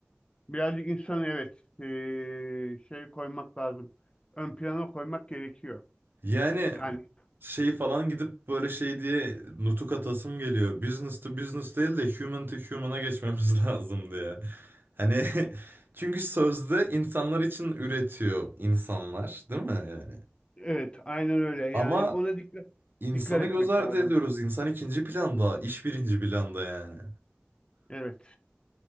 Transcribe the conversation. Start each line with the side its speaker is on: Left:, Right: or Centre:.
Left: birazcık insanı evet eee, şey koymak lazım. Ön plana koymak gerekiyor.
Right: Yani
Left: Yani
Right: şeyi falan gidip böyle şey diye nutuk atasım geliyor. Business to business değil de human to human'a geçmemiz <laughs> lazım diye. Hani <laughs> çünkü sözde insanlar için üretiyor insanlar, değil mi yani?
Left: evet aynen öyle yani
Right: Ama
Left: ona dikkat
Right: insanı
Left: dikkat etmek
Right: göz ardı
Left: lazım.
Right: ediyoruz. İnsan ikinci planda, iş birinci planda yani.
Left: Evet.